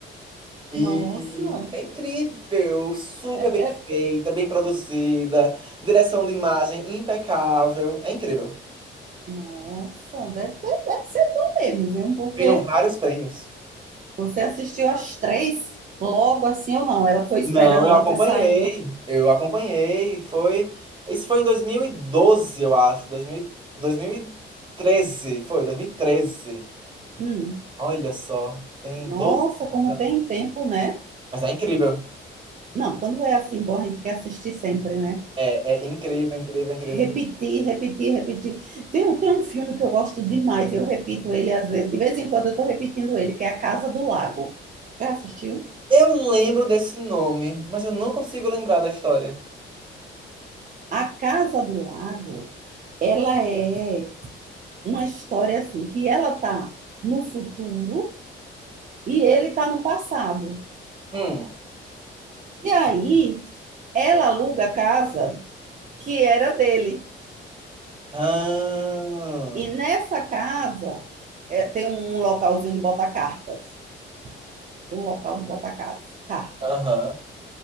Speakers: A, on the right (about 25°); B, on the right (about 40°).
A: E
B: Nossa,
A: é incrível, super
B: é...
A: bem feita, bem produzida, direção de imagem impecável. É incrível.
B: Nossa, deve ter- deve ser bom mesmo, viu? Porque
A: Ganhou vários prêmios.
B: você assistiu as três logo assim ou não? Ela foi esperando,
A: Não, eu
B: ela
A: acompanhei.
B: foi saindo.
A: Eu acompanhei. Foi. Isso foi em 2012, eu acho. dois dois mil e- dois mil e treze Foi, 2013.
B: Hum.
A: Olha só, tem
B: Nossa,
A: 12.
B: como
A: anos.
B: tem
A: né?
B: tempo, né?
A: Mas é incrível.
B: Não, quando é assim bom, a gente quer assistir sempre, né?
A: É, é incrível, incrível, incrível,
B: Repetir,
A: incrível.
B: repetir, repetir. Tem um, tem um filme que eu gosto demais, eu repito ele às vezes, de vez em quando eu estou repetindo ele, que é A Casa do Lago. Já assistiu?
A: Eu lembro desse nome, mas eu não consigo lembrar da história.
B: A Casa do Lago, ela é uma história assim, que ela tá no futuro e ele tá no passado.
A: Hum.
B: E aí, ela aluga a casa que era dele.
A: Ah,
B: E nessa casa, é, tem um localzinho de botar cartas. Tem um local de botar cartas.
A: aham.